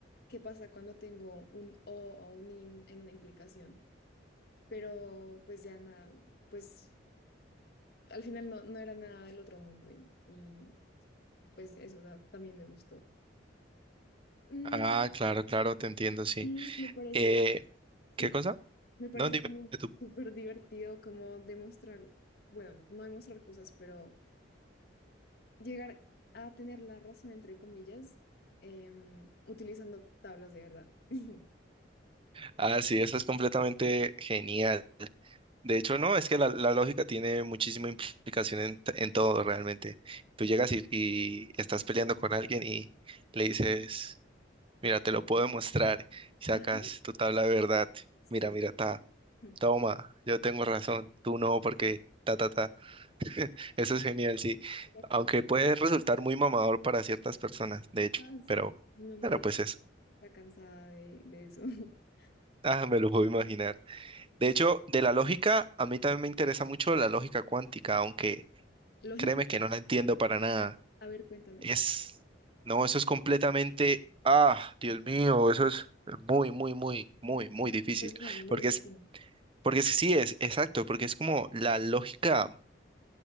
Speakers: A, on the left (about 55°); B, on the right (about 30°).
A: qué pasa cuando tengo un o o un in en una implicación, pero pues ya nada, pues al final no, no era nada del otro mundo y, y, pues eso da- también me gustó. Mm,
B: Ah, claro, claro, te entiendo, sí.
A: Y me parece,
B: Eh,
A: sí,
B: ¿qué cosa?
A: me parece
B: No, dime
A: también
B: tú.
A: súper divertido como demostrar, bueno, no demostrar cosas, pero llegar a tener la razón, entre comillas, em, utilizando tablas de verdad. <laughs>
B: Ah, sí, eso es completamente genial. De hecho, no, es que la, la lógica tiene muchísima implicación en, t- en todo realmente. Tú llegas y, y estás peleando con alguien y le dices, mira, te lo puedo demostrar, y sacas
A: Ajá.
B: tu tabla de verdad,
A: Sí,
B: mira, mira, ta,
A: <laughs>
B: toma, yo tengo razón, tú no, porque ta, ta, ta. Eso es genial, sí.
A: exacto.
B: Aunque puede resultar muy mamador para ciertas personas, de hecho,
A: Ah, sí,
B: pero,
A: mi mamá
B: pero
A: ya
B: pues eso.
A: está cansada de, de eso. <laughs>
B: Ah, me lo puedo imaginar. De hecho, de la lógica, a mí también me interesa mucho la lógica cuántica, aunque
A: Lógica
B: Créeme
A: cuántica.
B: que no la entiendo para nada.
A: A ver, cuéntame.
B: Es, no, eso es completamente, ah, Dios mío, eso es muy, muy, muy, muy, muy difícil.
A: Pues no, me
B: Porque
A: imagino.
B: es, porque es- sí es, exacto, porque es como la lógica